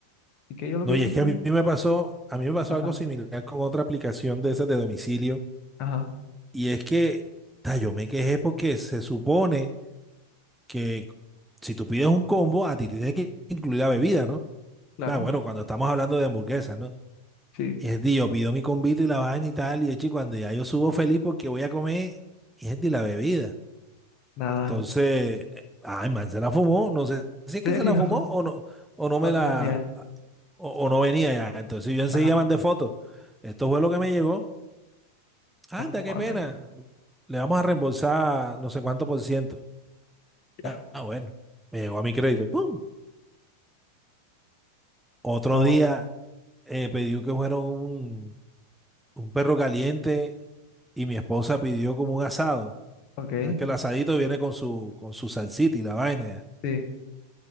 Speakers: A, on the left; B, in the centre.
A: Y que yo lo
B: No,
A: que hice
B: y es
A: fue,
B: que a mí me pasó, a mí me pasó
A: ajá,
B: algo similar con otra aplicación de esas de domicilio.
A: ajá,
B: Y es que, ta, yo me quejé porque se supone que si tú pides un combo, a ti te tiene que incluir la bebida, ¿no?
A: claro,
B: Está bueno, cuando estamos hablando de hamburguesas, ¿no?
A: sí,
B: Es de yo pido mi combito y la vaina y tal, y de hecho, cuando ya yo subo feliz porque voy a comer, es de la bebida.
A: nada,
B: Entonces, eh, ay, man, se la fumó. No sé si
A: serio,
B: es que se la fumó
A: <laughs>
B: o no, o no
A: ahora
B: me la,
A: venía,
B: o, o no venía ya. Entonces yo enseguida
A: ajá,
B: mandé fotos. Esto fue lo que me llegó. Anda,
A: no,
B: qué
A: a
B: pena.
A: ver,
B: Le vamos a reembolsar no sé cuánto por ciento.
A: ya,
B: Ya, ah, bueno, me llegó a mi crédito. ¡Pum! Otro
A: no,
B: día eh, pedí que fuera un, un perro caliente y mi esposa pidió como un asado.
A: ok,
B: O sea, Que el asadito viene con su, con su salsita y la vaina.
A: sí,